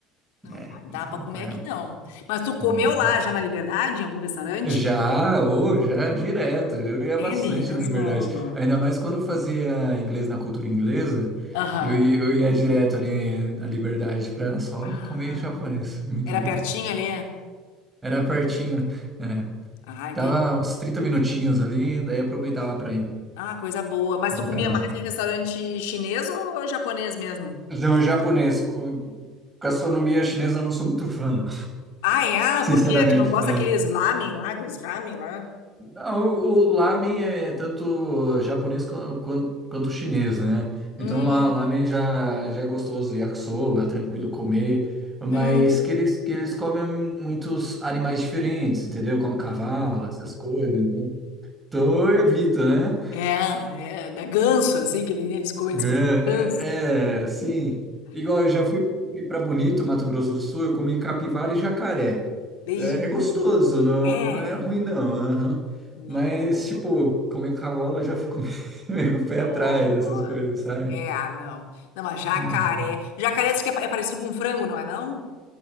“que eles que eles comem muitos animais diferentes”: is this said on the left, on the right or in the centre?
Right